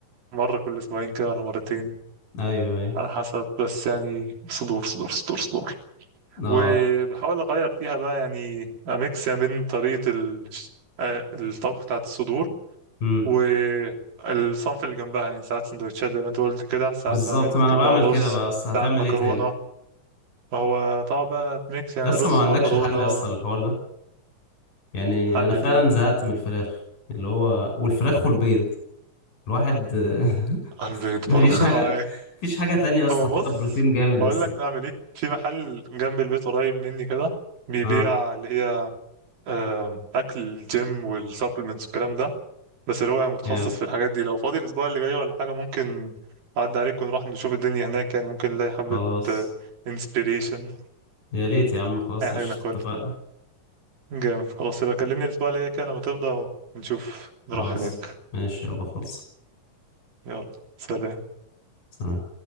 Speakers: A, on the right; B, on the left.
A: مرة كل اسبوعين كده ولا مرتين
B: ايوه ايوه
A: على حسب بس يعني صدور صدور صدور صدور
B: اه
A: وبحاول اغير فيها بقى يعني اميكس يعني بين طريقه ال... آه، الطبخ بتاعت الصدور
B: امم
A: والصنف اللي جنبها يعني ساعات سندوتشات زي ما انت قلت كده ساعات
B: بالظبط
A: بعمل
B: ما انا
A: جنبها
B: بعمل
A: رز
B: كده بس هتعمل
A: ساعات مكرونه
B: ايه تاني
A: هو طبعا بقى ميكس يعني
B: لسه
A: رز
B: ما عندكش
A: مكرونه
B: حل يا اسطى للحوار ده يعني
A: حلل
B: انا فعلا
A: ايه
B: زهقت من الفراخ اللي هو والفراخ والبيض الواحد <laughs>
A: البيض
B: مفيش
A: برضه
B: حاجة
A: <laughs> معايا
B: مفيش حاجة تانية يا اسطى
A: هو
B: فيها
A: بص
B: بروتين جامد
A: هقول
B: يا اسطى
A: لك نعمل ايه في محل جنب البيت قريب مني كده بيبيع
B: اه
A: اللي هي آه، اكل الجيم والسبلمنتس والكلام ده بس اللي هو يعني متخصص
B: جامد
A: في الحاجات دي لو فاضي الاسبوع اللي جاي ولا حاجه ممكن اعدي عليك ونروح نشوف الدنيا هناك يعني ممكن نلاقي حبه
B: خلاص
A: انسبيريشن
B: يا ريت يا عم خلاص
A: اي حاجه
B: قشطة
A: ناكلها
B: اتفقنا
A: جامد خلاص يبقى كلمني الاسبوع اللي جاي كده لما تفضى ونشوف نروح
B: خلاص
A: هناك
B: ماشي يابا خلص
A: يلا سلام
B: سلام